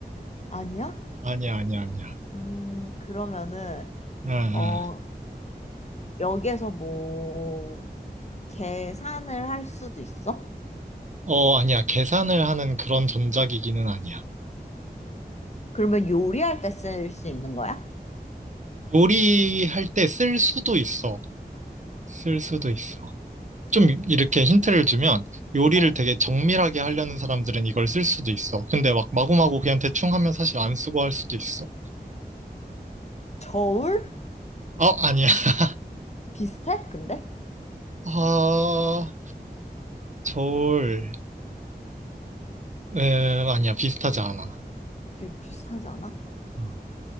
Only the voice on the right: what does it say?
아니야, 아니야, 아니야.
아, 아.
어, 아니야. 계산을 하는 그런 전자기기는 아니야.
요리할 때 쓸 수도 있어. 쓸 수도 있어. 좀 이렇게 힌트를 주면 요리를
되게 정밀하게 하려는 사람들은 이걸 쓸 수도 있어. 근데 막 마구마구 그냥 대충 하면 사실 안 쓰고 할 수도 있어.
어, 아니야. <laughs>
아, 저울. 음, 아니야. 비슷하지 않아.
어.